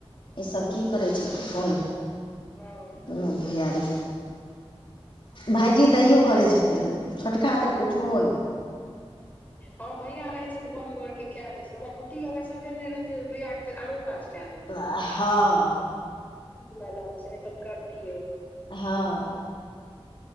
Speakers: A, on the left (about 55°); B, on the left (about 15°).
A: ईसभ की करै छथिन
B: हँ
A: को <unintelligible> नो भैयारी भायजी तैयो करै छथिन छोटका तऽ कुछुओ नै
B: हँ भैया रहै छै घ <unintelligible> र केऽ दे छै ओकरा रूटीगर सबेर नहि रहत आरो काज कए देतै
A: हँ
B: इ बला बात छै तन करतियौ
A: हँ